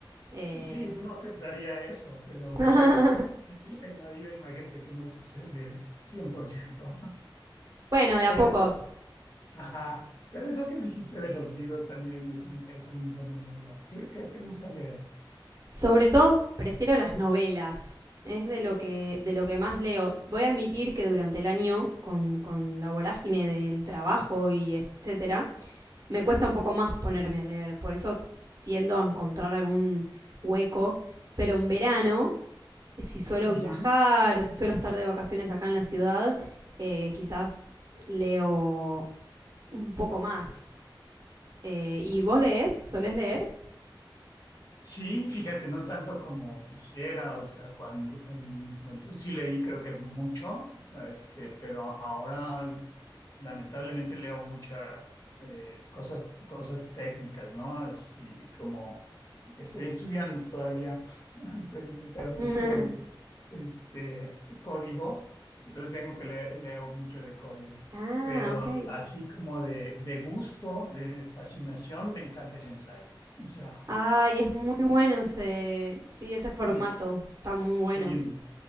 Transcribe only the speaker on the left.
sí, uno pensaría eso, pero
yo es la viva imagen de que no sucede cien por ciento
Pero,
ajá, pero eso que dijiste de los libros también es un, es un buen anhelo. ¿Qué, qué te gusta leer?
Ujú.
Sí, fíjate, no tanto como quisiera, o sea, cuando en mi juventud sí leí creo que mucho, este, pero ahora lamentablemente leo muchas cosas, cosas técnicas, ¿no? Así como estoy estudiando todavía, <laughs> estoy un eterno
estudiante, este, código, entonces tengo que le- leo mucho de código,
pero
así como de, de gusto, de fascinación, me encanta el ensayo, o sea.
eh,
Sí,